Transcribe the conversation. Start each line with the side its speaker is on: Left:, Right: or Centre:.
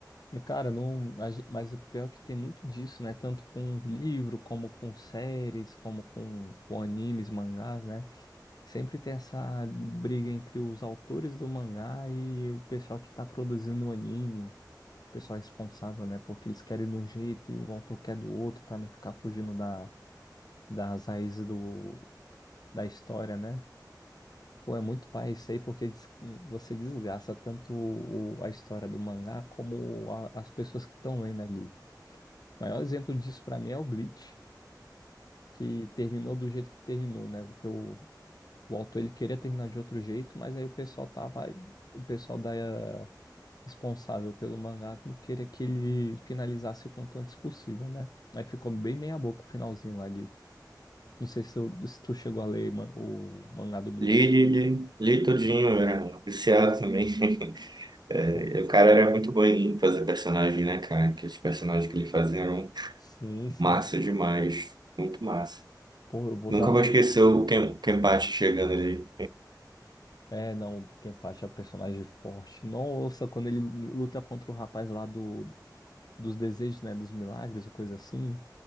Left: Cara, não, a gen- mas o pior é que tem muito disso, né? Tanto com livro, como com séries, como com, com animes, mangás, né? Sempre tem essa briga entre os autores do mangá e o pessoal que tá produzindo o anime, o pessoal responsável, né? Porque eles querem de um jeito e o autor quer do outro pra não ficar fugindo da, das raízes do, da história, né? Pô, é muito pai isso aí, porque des- você desgasta tanto o- a história do mangá como a- as pessoas que estão lendo ali. O maior exemplo disso pra mim é o Bleach, que terminou do jeito que terminou, né? Porque o, o autor ele queria terminar de outro jeito, mas aí o pessoal tava, o pessoal da eh, responsável pelo mangá não queria que ele finalizasse o quanto antes possível, né? Aí ficou bem meia boca o finalzinho lá de Não sei se tu, se tu chegou a ler man- o mangá do Bleach.
Right: Li, li, li, li tudinho, eu era viciado também. <laughs> É,
Left: Pô,
Right: e o cara era muito bom em fazer personagem, né, cara? Que os personagens que ele fazia eram
Left: sim, sim.
Right: massa demais, muito massa.
Left: Pô, eu vou
Right: Nunca
Left: dar uma.
Right: vou esquecer o Ken, Kenpachi chegando ali.
Left: É, não, porque Kenpachi é um personagem forte. Nossa, quando ele luta contra o rapaz lá do, dos desejos, né, dos milagres ou coisa assim,